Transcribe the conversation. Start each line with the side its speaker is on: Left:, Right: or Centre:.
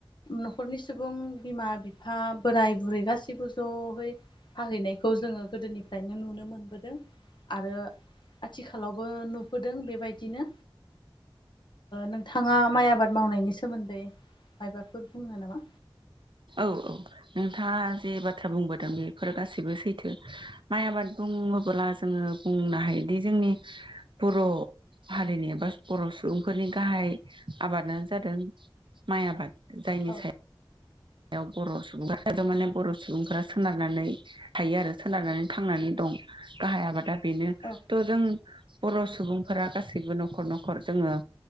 Left: न'खरनि सुबुं बिमा बिफा बोराय बुरै गाससिबो जयै फाहैनायखौ जोङो गोदोनिफ्रायनो नुनो मोनबोदों आरो आथिखालावबो नुबोदों बेबायदिनो नोंथांङा माइ आबाद मावनायनि सोमोन्दै माइबाफोर बुंनो नामा
Right: औ औ नोंथांङा जे बाथ्रा बुंगोन बेफोर गासैबो सैथो माइ आबाद बुङोब्ला जोंङो बुंनो हायोदि जोंनि बर' हारिनि एबा बर' सुबुंफोरनि गाहाय आबादानो जादों माइ आबाद जायनि
Left: औ
Right: सायाव याव बर' सुबुंफमाने बर' सुबुंफोरा सोनारनानै थायो आरो सोनारनानै थांनानै दं गाहाय आबादा बेनो
Left: औ
Right: थ' जों बर' सुबुंफोरा गासैबो न'खर न'खर जोङो